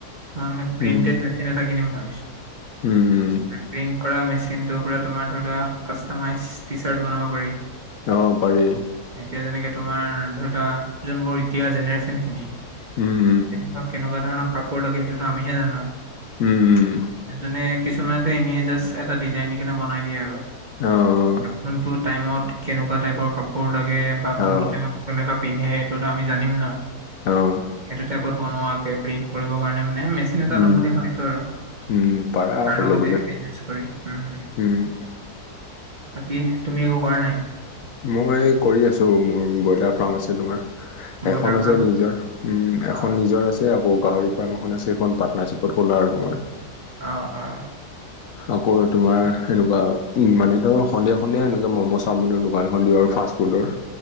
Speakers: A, on the right (about 40°); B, on the left (about 65°).
A: মই মানে প্ৰিন্টেড
B: উম
A: না কিনিম ভাবিছো
B: উম উম
A: প্ৰিণ্ট কৰা মচিনটো পৰা তোমাৰ ধৰি লোৱা মাইজ টি চাৰ্ট বনাব পাৰি।
B: অ পাৰি
A: এতিয়া যেনেকে তোমাৰ ধৰি লোৱা যোনবোৰ এতিয়া জেনেৰেশন খিনি
B: উম
A: তেখক কেনেকুৱা ধৰণৰ কাপোৰ লাগে সেইটোতো আমিহে জানো
B: উম উম।
A: এজনে কিছুমানেতো এনে জাষ্ট এটা ডিজাইন দি কিনে বনাই দিয়ে আৰু।
B: অঁ
A: কোনটো টাইমত কেনেকুৱা টাইপৰ কাপোৰ লাগে, বা কোনটো
B: অঁ
A: টাইমত কেনেকুৱা পিন্ধে এইটোতো আমি জানিম ন,
B: অঁ
A: সেইটো টাইপত বনোৱা এ প্ৰিণ্ট কৰিব কাৰণে মানে মেচি খিলিনা
B: উম
A: লম বুলি ভাবিছো আৰু,
B: উম পাৰা
A: তাৰ
B: আকৌ
A: লগতে
B: ল'বলৈ
A: বিজনেছ কৰি উম।
B: উম
A: বাকী তুমি একো কৰা নাই?
B: মই কৰি আছো, মোৰ ব্ৰইলাৰ ফাৰ্ম আছে তোমাৰ।
A: ব্ৰইলাৰ
B: এখন আছে
A: ফাৰ্ম
B: নিজৰ, উম এখন
A: অ
B: নিজৰ আছে। আকৌ গাহৰি ফাৰ্ম এখন আছে, সেইখন পাৰ্টনাৰশ্বিপত খোলা আৰু মই।
A: অঁ অঁ
B: আকৌ তোমাৰ এনেকুৱা উ মানে ধৰ সন্ধিয়া সন্ধিয়া এনেকুৱে মম চাওমিনৰ দোকান মন্দিৰৰ ফাষ্টফুডৰ